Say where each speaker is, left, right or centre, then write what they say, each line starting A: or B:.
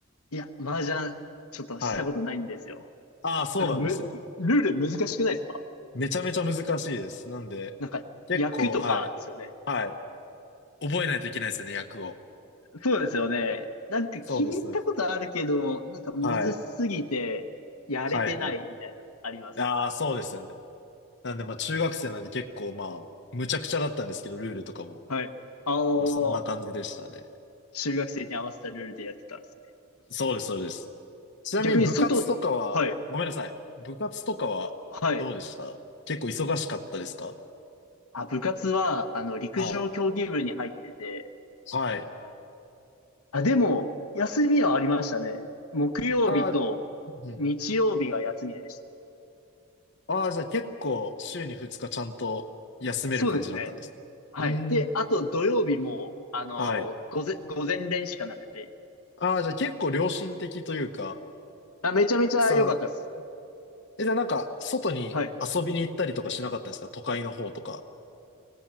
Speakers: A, on the left; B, on the left.
A: いや、麻雀、ちょっとしたことないんですよ。
B: はい。ああ、そうなんですね。
A: なんかむ、ルール難しくないですか
B: めちゃめちゃ難しいです。なんで、
A: なんか、
B: 結構、
A: 役とかですよね。
B: はい。はい。覚えないといけないですよね、役を。
A: そうですよね。なんか聞いたことあるけど、
B: そうです。そうです
A: なんかむずすぎて、
B: はい。
A: やれてないみたいなのあります。
B: はい、はい。ああ、そうですよね。なんで、まあ、中学生なんで結構、まあ、むちゃくちゃだったんですけど、ルールとかも。
A: はい。ああ、
B: まあ、そんな感じでしたね。
A: 中学生に合わせたルールでやってたんですね。
B: そうです、そうです。ちなみに部活とかは、
A: 逆に外、はい、
B: ごめんなさい。部活とかはどうでした結構忙しかったですか
A: はい。あ、部活は、あの、陸上競技部に入ってて、
B: はい。はい。
A: あ、でも、休みはありましたね。木曜日と
B: あー、うん。
A: 日曜日が休みでした。
B: あー、じゃあ結構週に2日ちゃんと休める感じだったんです。
A: そうですね。はい。
B: うーん。
A: で、あと土曜日も、あのー午前、
B: はい。
A: 午前練しかなくて。
B: ああ、じゃあ結構良心的というか、
A: あ、めちゃめちゃ良かったです。
B: たくさん。え、じゃあなんか外に遊びに行ったりとかしなかったですか都会の方とか。
A: はい。